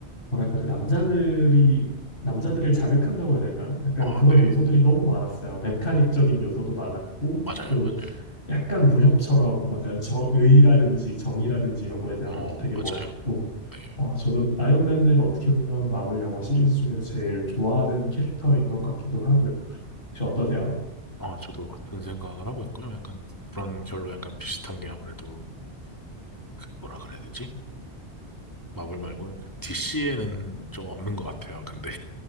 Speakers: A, on the left; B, on the left.
A: 뭐랄까 그 남자들이 남자들을 자극한다고 해야 될까요? 약간
B: 아,
A: 그런
B: 네.
A: 요소들이 너무 많았어요. 메카닉적인
B: 맞-
A: 요소도 많았고
B: 맞아요,
A: 또
B: 맞아요.
A: 약간 무협처럼 뭔가 저 의라든지 정의라든지 이런 거에 대한
B: 어,
A: 것도 되게
B: 맞아요.
A: 멋있고
B: 네.
A: 와 저도 아이언맨을 어떻게 보면 마블 영화 시리즈 중에서 제일 좋아하는 캐릭터인 것 같기도 하고요. 혹시 어떠세요?
B: 아, 저도 같은 생각을 하고 있고요. 약간 그런 결로 약간 비슷한 게 아무래도 뭐라 그래야 되지? 마블 말고 DC에는 좀 없는 것 같아요. 근데